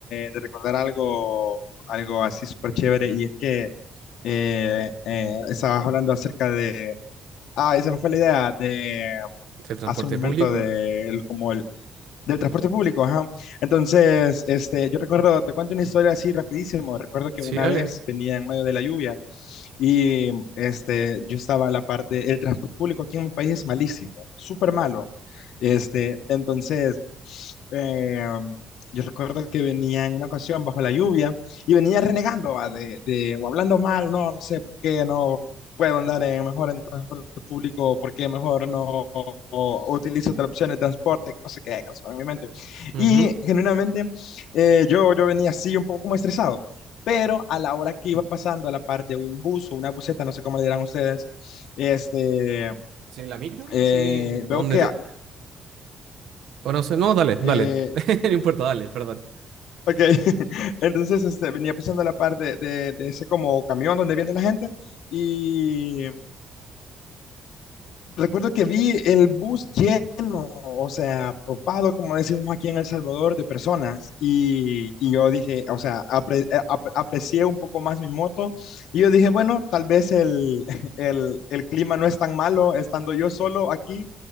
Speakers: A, on the left; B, on the right.
A: de recordar algo, algo así súper chévere. Y es que eh, eh, estabas hablando acerca de. Ah, esa me fue la idea de
B: ¿El transporte
A: hace un momento
B: público?
A: de, el- como el, del transporte público, ajá. Entonces, este, yo recuerdo, te cuento una historia así rapidísimo. Recuerdo que
B: Sí,
A: una
B: dale.
A: vez venía en medio de la lluvia. Y este, yo estaba a la parte, el transporte público aquí en mi país es malísimo, súper malo. Este, entonces eh, yo recuerdo que venía en una ocasión bajo la lluvia y venía renegando va, de, de- o hablando mal, no, no sé por qué no puedo andar en mejor en transporte público, por qué mejor no o- o utilizo otra opción de transporte, que no sé qué, que no sé, en mi mente.
B: Ujú.
A: Y genuinamente eh, yo, yo venía así un poco como estresado, pero a la hora que iba pasando a la parte de un bus o una buseta, no sé cómo le dirán ustedes, este,
B: ¿Sí, la micro?
A: eh,
B: Sí.
A: veo
B: ¿Dónde
A: que...
B: te...? O no sé, no, dale, dale.
A: eh,
B: <laughs> No importa, dale, perdón.
A: Ok, <laughs> entonces este, venía pasando a la par de, de- de ese como camión donde viene la gente y recuerdo que vi el bus lleno, o sea, topado, como decimos aquí en El Salvador, de personas y, y yo dije, o sea, apre- eh, ap- aprecié un poco más mi moto y yo dije, bueno, tal vez el, <laughs> el, el clima no es tan malo estando yo solo aquí.